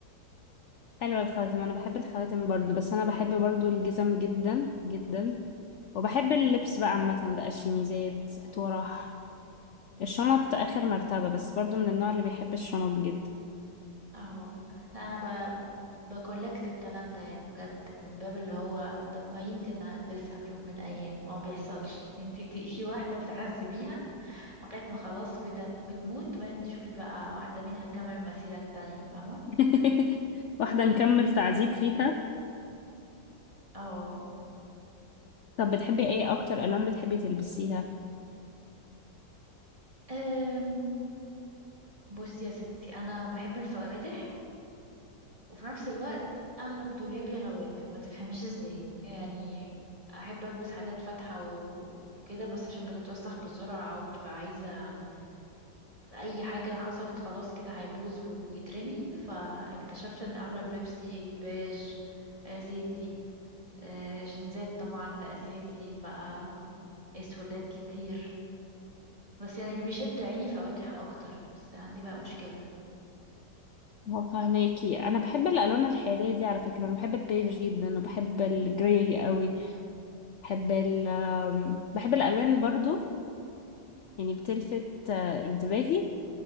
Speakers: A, on the left; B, on the right.
A: حلوة الخواتم أنا بحب الخواتم برضو بس أنا بحب برضو الجزم جدا جدا وبحب اللبس بقى عامة بقى الشميزات طرح الشنط آخر مرتبة بس برضو من النوع اللي بيحب الشنط جدا
B: اهو لا انا ب... بكولكت الكلام ده يعني بجد من باب اللي هو طب ما يمكن البسها في يوم من الايام ما بيحصلش انتي ت- في واحدة بتعذبيها لغاية ما خلاص بت... بتموت بعدين تشوفي بقى واحدة منها كامل المسيرة التانية فاهمة
A: <laughs> واحدة نكمل تعذيب فيها
B: اه
A: طب بتحبي ايه أكتر ألوان بتحبي تلبسيها؟
B: أم... بصي يا ستي انا بحب الفواتح وفي نفس الوقت اغلب دولابي غوامق ما تفهميش ازاي يعني احب البس حاجات فاتحه وكده بس عشان بتتوسخ بسرعه او بتبقى عايزه اي حاجه حصلت خلاص كده هيبوظ ويترمي فاكتشفت ان اغلب لبسي بيج آه، زيتي آه، جينزات طبعا ده اساسي ف اسودات كتير بس يعني اللي بيشد عيني فواتح اكتر بس عندي بقى مشكله
A: هو فهماكي أنا بحب الألوان الحيادية دي على فكرة أنا بحب البيج جدا وبحب الجراي قوي بحب ال آم، بحب الألوان برضو يعني بتلفت آه، انتباهي